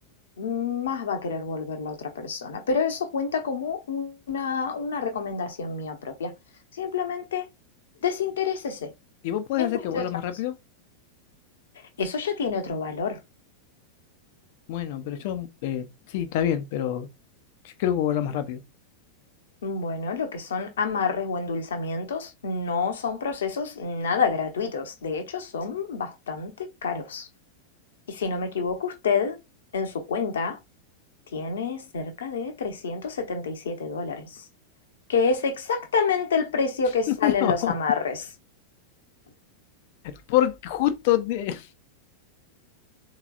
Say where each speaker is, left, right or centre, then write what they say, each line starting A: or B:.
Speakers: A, on the left (about 65°); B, on the left (about 50°).
A: más va a querer volver la otra persona. Pero eso cuenta como una, una recomendación mía propia. Simplemente desinterésese
B: ¿Y vos podés
A: en
B: hacer
A: cuestión
B: que vuelva
A: de otra
B: más
A: persona.
B: rápido?
A: Eso ya tiene otro valor.
B: Bueno, pero yo, eh, sí, está bien, pero yo creo que vuelva más rápido.
A: Mm, Bueno, lo que son amarres o endulzamientos no son procesos nada gratuitos, de hecho son bastante caros. Y si no me equivoco, usted en su cuenta tiene cerca de 377 dólares, que es exactamente el precio que salen
B: <laughs> No,
A: los amarres.
B: porque justo de...